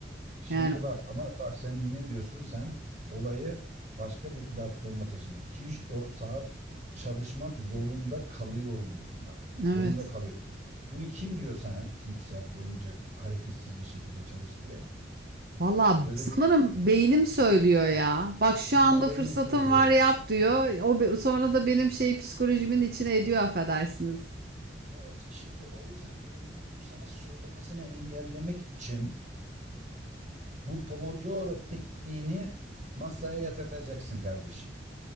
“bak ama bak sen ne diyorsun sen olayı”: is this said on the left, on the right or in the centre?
Right